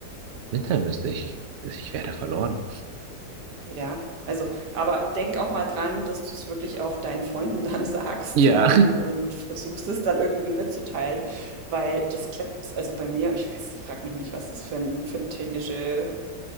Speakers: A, on the right (about 65°); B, on the right (about 85°).
A: mitteilen müsste. Ich, ich wäre da verloren.
B: Ja, also, aber denk auch mal dran, dass du es wirklich auch deinen Freunden dann <laughs> sagst,
A: Ja.
B: ähm, und versuchst es dann irgendwie mitzuteilen, weil das klappt. Also bei mir, ich weiß, frag mich nicht, was das für ein, für eine technische